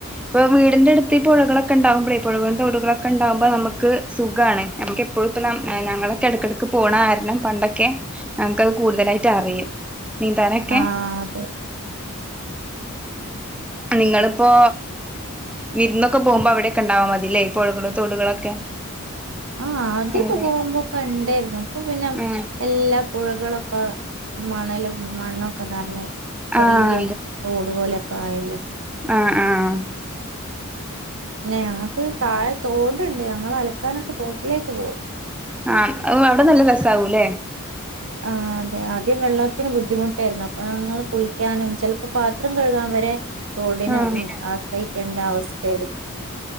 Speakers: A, in the centre; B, on the right.
A: ഇപ്പൊ വീടിന്റെ അടുത്ത് പുഴകളൊക്കെ ഉണ്ടകുമ്പോഴേഈ പുഴകളിന്റെ വടുകളൊക്കെ ഉണ്ടാകുമ്പോ നമുക്ക് സുഖമാണ് ഞമ്മക്ക് അപ്പോഴ ഇപ്പോ ഞങ്ങളൊക്കെ ഇടക്കിടക്ക് പോണ കാരണം പണ്ടൊക്കെ ഞങ്ങക്ക്ത് കൂടുതലായിട്ട് അറിയും നന്താനൊക്ക
B: ആഹ് അതെ
A: നിങ്ങളിപ്പോ വിരുന്നൊക്കെ പോകുമ്പോ അവിടെക്കെ ഉണ്ടാവാ മതില്ലേ പുഴകളും തോടുകളൊക്കെ
B: ആഹ ആദ്യൊക്കെ
A: അങ്ങനെ
B: പോവുമ്പോക്ക കണ്ടായിരുന്നു. ഇപ്പൊ പിന്നെ
A: ആഹ്
B: എല്ലാ പുഴകളൊക്കെ മണലും മണ്ണൊക്കെ നിറഞ് ചെറിയ
A: ആഹ്
B: തോട് പോലൊക്കെ ആയല്ലോ
A: ആഹ ആഹ
B: പിന്നെ ഞങ്ങക്ക് താഴെ തോടുണ്ട് ഞങ്ങൾ അലക്കാനൊക്കെ തോട്ടിലേക്ക് പോകും
A: ആഹ അവിടെ നല്ല രസാകൂല്ലെ
B: ആ അതെ അ ദ്യം വെള്ളത്തിന് ബുദ്ധിമുട്ടായിരുന്നു അപ്പൊ ഞങ്ങൾ കുളിക്കാനും ചിലപ്പോ പാത്രം കഴുകാൻ വരെ തോടിന
A: ആഹ്
B: ഉ ആശ്രയിക്കേണ്ട അവസ്ഥയായിരുന്നു